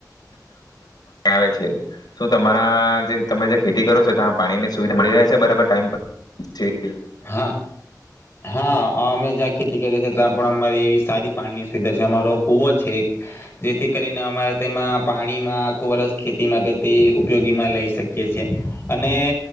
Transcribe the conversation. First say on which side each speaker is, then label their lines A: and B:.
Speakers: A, on the left; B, on the left.
A: આવે છે. શું તમારા જે તમે જ્યાં ખેતી કરો છો, ત્યા પાણી ની સુવિધા મળી રહે છે બરાબર ટાઈમ પર થી?
B: હા હા આમે જા ખે તી કરીએ છે ત્યાં પણ અમારી એવી સારી પાણીની સુવિધા છે. અમારો કુવો છે એક. જેથી કરીને અમારે તેમાં પાણીમાં આખુ વર્ષ ખેતી માટે તે ઉપયોગીમાં લઈ શકીએ છે. અને